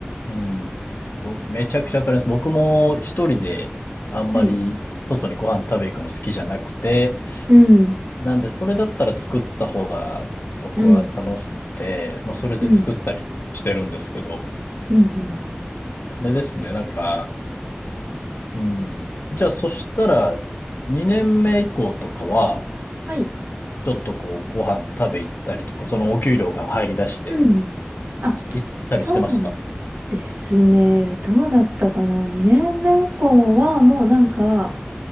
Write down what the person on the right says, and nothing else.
はい。うん、
うん、
うん、うん、うん。
はい。
うん。あ、
そうですね。どうだったかな ?2 年目以降はもうなんか、